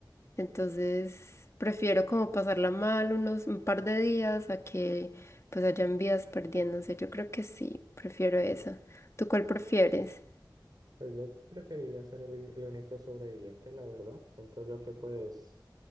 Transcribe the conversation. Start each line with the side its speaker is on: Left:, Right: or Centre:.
Left: Entonces, prefiero como pasarla mal unos un par de días a que pues hayan vidas perdiéndose. Yo creo que sí, prefiero eso. ¿Tú cuál prefieres?
Right: Pues yo preferiría ser el, el único sobreviviente, la verdad. Siento yo que pues